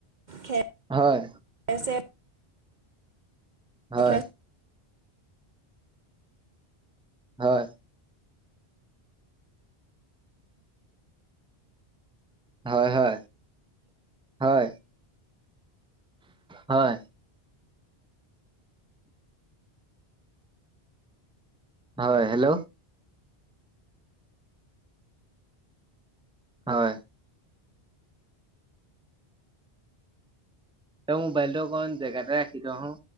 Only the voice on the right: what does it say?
খেৰ
<unintelligible>
খেৰ